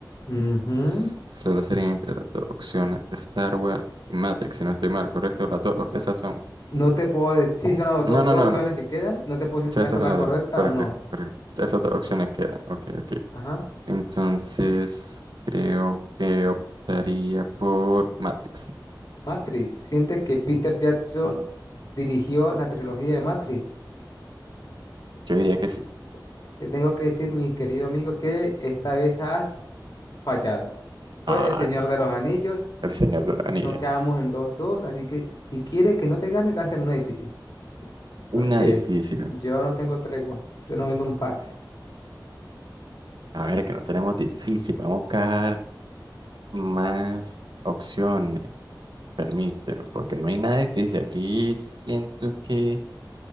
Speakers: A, on the left; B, on the right.
A: ujú.
B: S- Solo serían entre las dos opciones de Star Wars y Matrix, si no estoy mal, ¿correcto? Las dos, esas son.
A: No te puedo decir, sí, son las dos,
B: No, no,
A: dos
B: no,
A: opciones
B: no. O
A: que quedan. No te puedo decir
B: sea,
A: si está
B: Esas
A: con
B: son
A: la
B: las
A: correcta
B: dos. Correcto,
A: o no.
B: correcto. Esas dos opciones quedan. Ok, ok.
A: Ajá.
B: Entonces, creo que optaría por Matrix.
A: Matrix. ¿Sientes que Peter Jackson dirigió la trilogía de Matrix?
B: Yo diría
A: Sí,
B: que sí.
A: Te tengo que decir, mi querido amigo, que esta vez has fallado. Fue
B: Ah,
A: El Señor de los Anillos,
B: El Señor de la Anilla.
A: no quedamos en dos dos, así que si quieres que no te gane, lánzame una difícil, porque
B: Una difícil.
A: yo no tengo tregua, yo no vengo en paz.
B: A ver, que no tenemos difícil. Vamos a buscar más opciones. Permíteme, porque no hay nada difícil. Aquí siento que